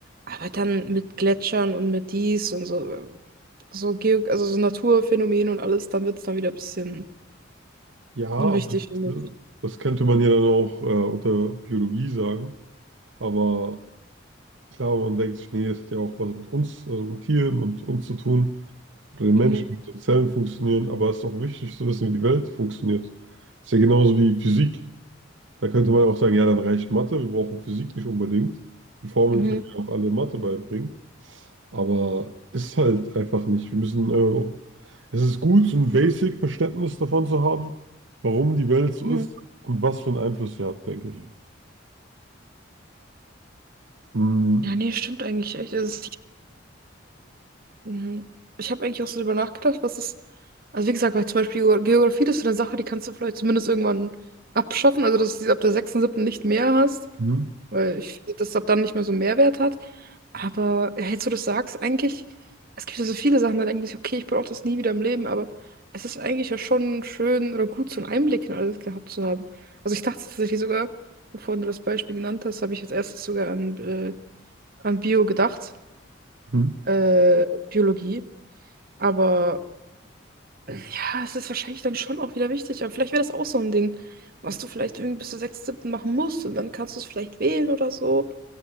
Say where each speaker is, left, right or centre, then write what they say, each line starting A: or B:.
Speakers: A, on the right; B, on the right.
A: Aber dann mit Gletschern und mit dies und so, äh, so Geo, also so Naturphänomen und alles, dann wird es dann wieder ein bisschen
B: Ja, aber
A: unwichtig, finde ich.
B: das könnte man ja dann auch äh, unter Biologie sagen. Aber klar, man denkt sich, nee, das hat ja auch was mit uns, also mit Tieren und uns zu tun, oder den Menschen,
A: Mhm,
B: wie unsere Zellen funktionieren. Aber es ist auch wichtig zu wissen, wie die Welt funktioniert. Ist ja genauso wie Physik. Da könnte man auch sagen, ja, dann reicht Mathe, wir brauchen Physik nicht unbedingt. Die Formeln
A: mhm,
B: können wir auch alle in Mathe beibringen. Aber ist halt einfach nicht. Wir müssen äh, auch. Es ist gut, so ein Basic-Verständnis davon zu haben, warum die Welt so
A: mhm.
B: ist und was für einen Einfluss sie hat, denke ich. Mhm.
A: Ja, nee, stimmt eigentlich echt. Es Mhm. Ich habe eigentlich auch so drüber nachgedacht, was ist. Also wie gesagt, weil zum Beispiel Geo- Geografie, das ist so eine Sache, die kannst du vielleicht zumindest irgendwann abschaffen, also dass du sie ab der sechsten, siebten nicht mehr hast,
B: Mhm.
A: weil ich finde, dass das ab dann nicht mehr so einen Mehrwert hat. Aber ja, jetzt, wo du das sagst, eigentlich, es gibt ja so viele Sachen, da denkt man sich, okay, ich brauche das nie wieder im Leben, aber es ist eigentlich ja schon schön oder gut, so einen Einblick in alles gehabt zu haben. Also ich dachte tatsächlich sogar, bevor du das Beispiel genannt hast, habe ich als erstes sogar an, äh, an Bio gedacht,
B: Mhm.
A: äh, Biologie. Aber ja, es ist wahrscheinlich dann schon auch wieder wichtig. Aber vielleicht wäre das auch so ein Ding, was du vielleicht irgendwie bis zur sechsten, siebten machen musst und dann kannst du es vielleicht wählen oder so.